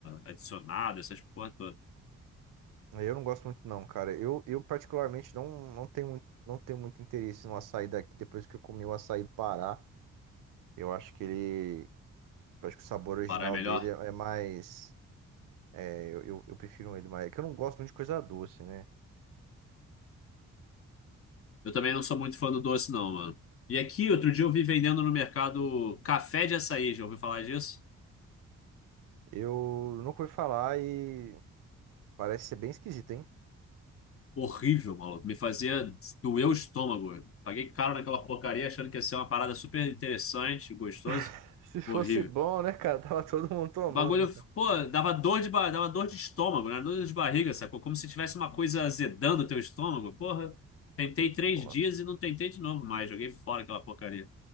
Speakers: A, on the left; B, on the right.
A: adicionado, essas porra toda.
B: Eu não gosto muito, não, cara. Eu, eu particularmente, não, não tenho muito, não tenho muito interesse no açaí daqui depois que eu comi o açaí do Pará. Eu acho que ele. Eu acho que o sabor original
A: Pará é melhor.
B: dele é é mais. é, eu, eu, eu prefiro ele mais. É que eu não gosto muito de coisa doce, né?
A: Eu também não sou muito fã do doce, não, mano. E aqui, outro dia eu vi vendendo no mercado café de açaí, já ouviu falar disso?
B: Eu nunca ouvi falar e parece ser bem esquisito, hein?
A: Horrível, maluco. Me fazia doer o estômago. Paguei caro naquela porcaria achando que ia ser uma parada super interessante, gostoso.
B: <laughs> Se fosse
A: Horrível.
B: bom, né, cara? Tava todo mundo tomando,
A: O Bagulho,
B: né?
A: pô, dava dor de, ba- dava dor de estômago, né? Dor de barriga, sacou? Como se tivesse uma coisa azedando o teu estômago. Porra, tentei três
B: Nossa,
A: dias e não tentei de novo mais. Joguei fora aquela porcaria.